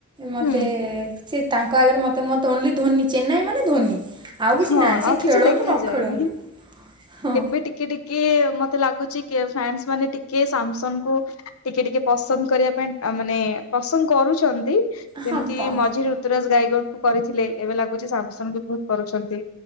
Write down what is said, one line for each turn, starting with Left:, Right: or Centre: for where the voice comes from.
Right: ମୋତେ
Left: ହୁଁ
Right: ସେ ତାଙ୍କ ଆଗରେ ମତେ ମତେ ୱଲି ଧୋନି ଚେନ୍ନାଇ ମାନେ ଧୋନି। ଆଉ କିଛି
Left: ହଁ
Right: ନାହିଁ ସେ
Left: ଆଉ କିଛି
Right: ଖେଳନ୍ତୁ
Left: ଦେଖାଯାଏନି
Right: ନ ଖେଳନ୍ତୁ ହଁ
Left: ଏବେ ଟିକେ ଟିକେ କି ମତେ ଲାଗୁଚି କିଏ ଫ୍ୟାନ୍ସ୍ ମାନେ ଟିକେ ସାମସଙ୍ଗ୍ କୁ ଟିକେ ଟିକେ ପସନ୍ଦ କରିବା ପାଇଁ ଅ ମାନେ ପସନ୍ଦ କରୁଛନ୍ତି। ଯେମିତି
Right: ହଁ ପା
Left: ମଝିରେ ଋତୁରାଜ ଗାଈଗଡ କୁ କରିଥିଲେ ଏବେ ଲାଗୁଛି ସାମସଙ୍ଗ୍ ବି ବହୁତ କରୁଛନ୍ତି।